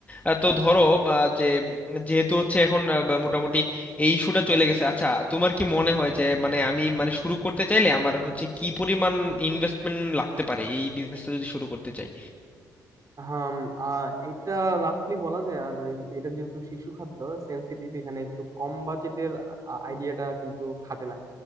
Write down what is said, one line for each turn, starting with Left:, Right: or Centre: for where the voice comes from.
Left: আহ, তো ধরো আহ, যে যেহেতু হচ্ছে এখন আহ, বা মোটামুটি এই ইস্যুটা চলে গেছে আচ্ছা তোমার কি মনে হয় যে মানে আমি মানে শুরু করতে চাইলে আমার হচ্ছে কি পরিমাণ ইনভেস্টমেন্ট লাগতে পারে এই বিজনেসটা যদি শুরু করতে চাই
Right: হাম আহ, এটা রাফলি বলা যায় আর এ- এটা যেহেতু শিশু খাদ্য সেনসিটিভ এখানে একটু কম বাজেটের আইডিয়াটা কিন্তু খাটে না